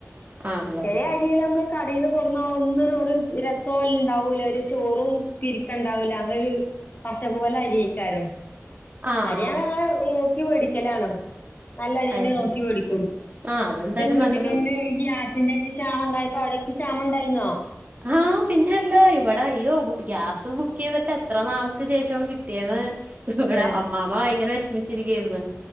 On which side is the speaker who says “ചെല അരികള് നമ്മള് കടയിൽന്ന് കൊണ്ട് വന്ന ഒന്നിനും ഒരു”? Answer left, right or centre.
Left